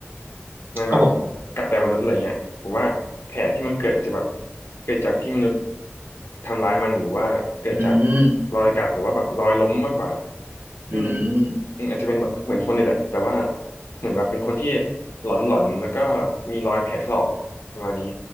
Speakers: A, on the left (about 70°); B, on the right (about 55°).
A: มันแบบ
B: ครับผม
A: กัดแต่มนุษย์อะไรเงี้ยผมว่าแผลที่มันเกิดอาจจะแบบเกิดจากที่มนุษย์ทำร้ายมันหรือว่าเกิดจาก
B: อืม
A: รอยกัดหรือว่าแบบรอยล้มมากกว่า
B: อืม
A: ซึ่งอืมอาจจะเป็นแบบเหมือนคนนี่แหละแต่ว่าเหมือนแบบเป็นคนที่หลอนหลอนแล้วก็มีรอยแผลถลอกประมาณนี้